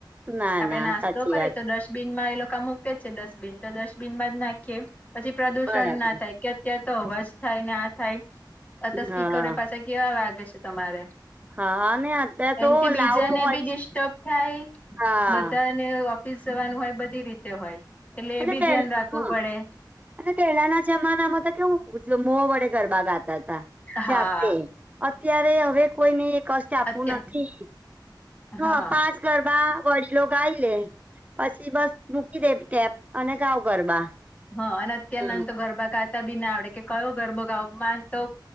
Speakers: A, on the right (about 20°); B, on the left (about 20°).
A: ના
B: આપડે
A: ના
B: નાસ્તો
A: સાચી
B: કરીએ
A: વાત
B: તો ડસ બિનમાં એ લોકો આમ મૂકે છે ડસ્ટબિન તો ડસ્ટબિનમાં જ નાખીએ પછી, પ્રદુષણ
A: બરાબર
B: ના થાય. કે અત્યા તો અવાજ થાય ને આ થાય અત્યા સ્પીકરોય
A: હા
B: પાછા કેવા વાગે છે તમારે.
A: હા અને અત્યારે તો
B: એમથી બીજાને
A: લાઉડ હોય
B: બી ડિસ્ટર્બ
A: છે
B: થાય
A: હા
B: બધા ઓફિસ જવાનું હોય બધી રીતે હોય એટલે
A: અને
B: એ બી
A: તે
B: ધ્યાન રાખવું
A: હા
B: પડે.
A: અને પહેલાના જમાનામાં તો કેવું મો વડે ગરબા ગાતા હતા
B: હા
A: જાતે. અત્યારે હવે કોઈને એ કષ્ટ આપવું
B: અત્યાર
A: નથી. હ
B: હા
A: પાંચ ગરબા વડીલો ગાઈ લે પછી બસ મૂકી દે કેપ અને ગાવ ગરબા.
B: હા અને અત્ય્યારે
A: હા
B: ના તો ગરબા ગાતા બી ના આવડે કે કયો ગરબો ગાવો તો